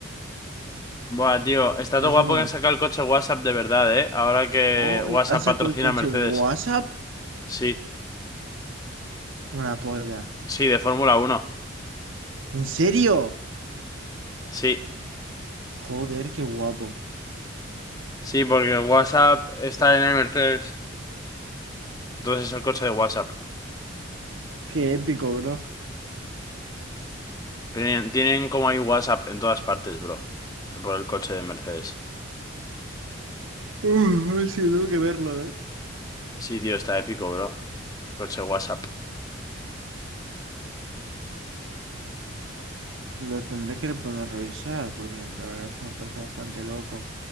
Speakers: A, on the left; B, on the right.
A: Buah, tío, está
B: resumen.
A: todo guapo que han sacado el coche WhatsApp de verdad, ¿eh? Ahora que
B: Oh,
A: WhatsApp
B: han sacado
A: patrocina
B: el coche
A: a Mercedes.
B: WhatsApp.
A: Sí,
B: Una polla.
A: sí, de Fórmula uno.
B: ¿En serio?
A: Sí,
B: Joder, qué guapo.
A: sí, porque WhatsApp está en el Mercedes. Entonces es el coche de WhatsApp.
B: Qué épico, bro.
A: Tienen, tienen como hay WhatsApp en todas partes, bro. Por el coche de Mercedes.
B: Uh, sí, tengo que verlo, ¿eh?
A: Sí, tío, está épico, bro. El coche WhatsApp.
B: Lo tendré que poner a revisar, porque la verdad es que me parece bastante loco.